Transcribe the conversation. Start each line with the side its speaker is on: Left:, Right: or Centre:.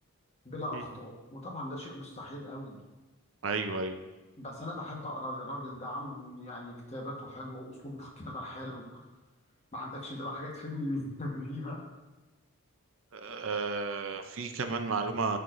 Left: بلا
Right: مم.
Left: أخطاء وطبعا ده شيء مستحيل قوي
Right: ايوه ايوه
Left: بس انا بحب اقرا للراجل ده عم يعني كتاباته حلوه واسلوبه في الكتابه حلو ما عندكش انت بقى حاجات تفيدني بي- <laughs> بيها
Right: آه، في كمان معلومة